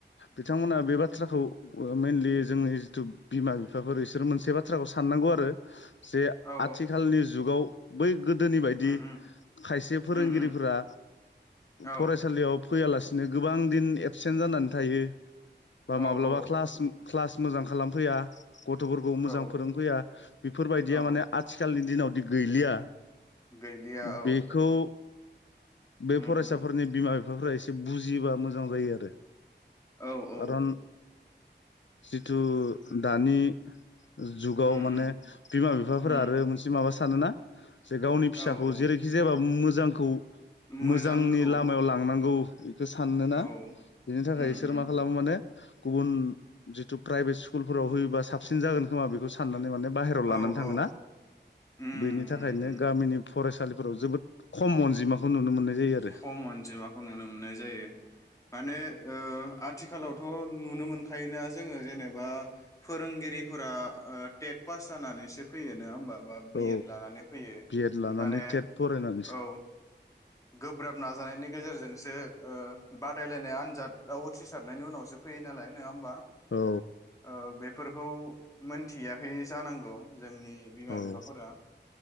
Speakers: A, on the left (about 80°); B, on the left (about 15°).
A: बिथांमोना बे बाथ्रा औ मेनलि जोंनि जिथु बिमा बिफाफोर बिसोरो मोनसे बाथ्राखौ साननांगौ आरो जे
B: औ
A: आथिखालनि जुगाव बै गोदोनि बायदि
B: उम उम
A: खायसे फोरोंगिरिफोरा
B: उम उम औ
A: फरायसालियाव फैयालासिनो गोबां दिन एबसेन्ट जानानै थायो बा
B: औ
A: माब्लाबा
B: औ
A: क्लास क्लास मोजां खालामफैया गथ'फोरखौ
B: औ
A: मोजां फोरोंफैया बेफोरबायदिया
B: औ
A: माने आथिखालनि दिनावदि गैलिया
B: गैलिया औ
A: बेखौ बे
B: उम
A: फरायसाफोरनि
B: उम
A: बिमा बिफाफ्रा एसे बुजियोब्लाा मोजां जायो आरो
B: औ औ
A: खारन जिथु दानि जुगाव
B: उम
A: माने
B: उम
A: बिमा बिफाफोरा
B: उम
A: आरो मोनसे माबा सानोना? जे गावनि फिसाखौ
B: औ औ
A: जेरैखि जायाबाबो मो जांखौ
B: मोजांखौ
A: मोजांनि लामायाव लांनांगौ बेखौ सानोना
B: औ
A: बिनि थाखाय
B: उम
A: बिसोर
B: उम
A: मा खालामो माने गुबुन जितु प्राइभेट स्कुलफोराव होयोबा साबसिन जागोन खोमा बेखौ साननानै माने बाहेरायाव लानानै
B: औ
A: थाङोना
B: औ उम
A: बेनि थाखायनो
B: उम उम
A: गामिनि फरायसालिफोराव जोबोद खम अनजिमाखौ नुनो मोननाय जायो आरो
B: खम अनजिमाखौ नुनो मोननाय जायो माने ओ आथिखालावथ' नुनो मोनखायोना जोङो जेनेबा फोरोंगिरिफोरा ओ टेट पास जानानैसो फैयो नङा होमबा बा
A: औ
B: बि एड लानानै फैयो
A: बिएड लानानै
B: माने
A: टेट फरायनानैसो
B: औ गोब्राब नाजानायनि गेजेरजोंसो ओ बादायलायनाय आनजादाव उथ्रिसारनायनि उनावसो फैयो नालाय नङा होमबा?
A: औ
B: ओ बेफोरखौ मोनथियाखै जानांगौ जोंनि बिमा
A: औ
B: बिफाफोरा